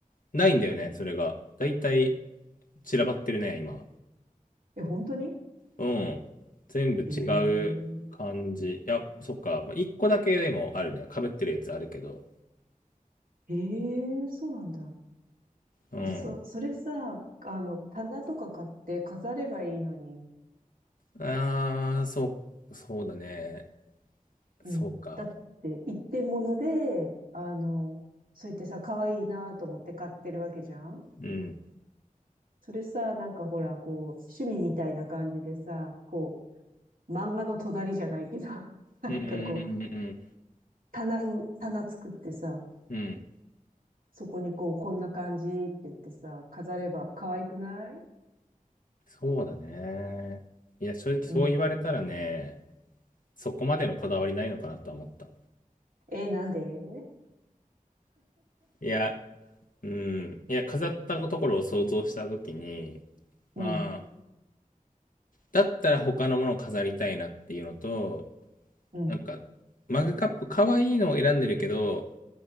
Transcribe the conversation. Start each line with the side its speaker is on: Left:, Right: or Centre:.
Left: ないんだよね、それが。だいたい散らばってるね、今。
Right: え、本当に
Left: うん。全部違う感じ。
Right: ええ
Left: いや、そっか。まあ、一個だけでもあるね。被ってるやつあるけど。
Right: ええそうなんだ。
Left: うん。
Right: え、そ、それさ、あの、棚とか買って飾ればいいのに。
Left: ああ、そう、そうだね。
Right: うん。
Left: そうか。
Right: だって、一点物で、あの、そう言ってさ、可愛いなと思って買ってるわけじゃん
Left: うん。
Right: それさ、なんかほら、こう、趣味みたいな感じでさ、こう、漫画の隣じゃないけど、<laughs> なんかこう、
Left: うんうんうん
Right: 棚に、棚作ってさ、
Left: うんうん。
Right: そこにこう、こんな感じって言ってさ、飾れば可愛くない
Left: そうだね。いや、正直そう言われたらね、
Right: うん。
Left: そこまでのこだわりないのかなとは思った。
Right: えーなんで
Left: いや、うん。いや、飾ったところを想像したときに、
Right: うん、
Left: まあ、だったら他のものを飾りたいなっていうのと、
Right: うん。
Left: なんか、マグカップ、可愛いのを選んでるけど、